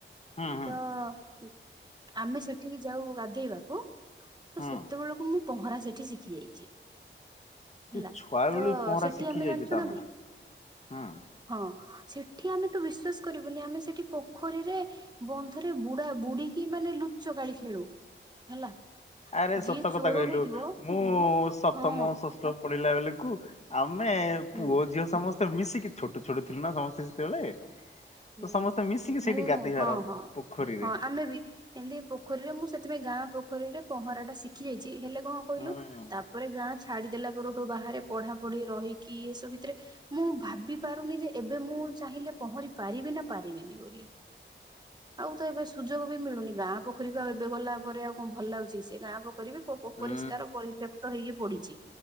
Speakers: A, on the left; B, on the right.
A: ହୁଁ ହୁଁ
B: ତ-, ଆମେ ସେଠିକି ଯାଉ ଗାଧେଇବାକୁ, ତ
A: ହୁଁ
B: ସେତେବେଳ ମୁଁ ପହଁରା ସେଠି ଶିଖି ଯାଇଛି। ହେଲା
A: ତୁ ଛୁଆ
B: ତ
A: ବେଳୁ ବି ପହଁରା
B: ସେଠି
A: ଶିଖି
B: ଆମେ
A: ଯାଇଛୁ
B: ଜାଣିଛୁ
A: ତାମାନେ,
B: ନା ନାଇଁ
A: ହୁଁ।
B: ହଁ ସେଠି ଆମେ ତ ବିଶ୍ଵାସ କରିବୁନି ଆମେ ସେଠି ପୋଖରୀରେ ବନ୍ଧରେ ବୁଡା ବୁଡିକି ମାନେ ଲୁଚ କାଳି ଖେଳୁ ହେଲା।
A: ଆରେ ସତ
B: ଯିଏ
A: କଥା
B: ଚୋର
A: କହିଲୁ
B: ହେଇଥିବ
A: ମୁଁ ସପ୍ତମ
B: ହଁ
A: ଷଷ୍ଠ ପଢିଲା ବେଳକୁ ଆମେ
B: ହୁଁ
A: ପୁଅ ଝିଅ ସମସ୍ତେ ମିଶିକି ଛୋଟ ଛୋଟ ଥିଲୁ ନା ସମସ୍ତେ ସେତେବେଳେ ତ
B: ହୁଁ
A: ସମସ୍ତେ ମିଶିକି ସେଇଠି
B: ମୁଁ
A: ଗାଧୋଇବାର
B: ହଁ ହଁ
A: ପୋଖରୀରେ
B: ହଁ ଆମେ ବି ଏମିତି ପୋଖରୀରେ ମୁଁ ସେଥିପାଇଁ ଗାଁ ପୋଖରୀରେ ପହଁରା ଟା ଶିଖି ଯାଇଛି ହେଲେ କଣ କହିଲୁ
A: ହୁଁ
B: ତାପରେ ଗାଁ ଛାଡିଦେଲା ପରେଠୁ ବାହାରେ ପଢା ପଢି ରହିକି ଏସବୁ ଭିତରେ ମୁଁ ଭାବି ପାରୁନି ଯେ ଏବେ ମୁଁ ଚାହିଁଲେ ପହଁରିି ପାରିବେ ନା ପାରିବେନି ବୋଲି ଆଉ ତ ଏବେ ସୁଯୋଗ ବି ମିଳୁନି ଗାଁ ପୋଖରୀକୁ ଆଉ ଏବେ ଗଲା ପରେ ଆଉ କଣ ଭଲ ଲାଗୁଛି ସେ ଗାଁ ପଖରୀରେ
A: ହୁଁ
B: ପରିଷ୍କାର ପରିତ୍ୟକ୍ତ ହେଇକି ପଡିଛି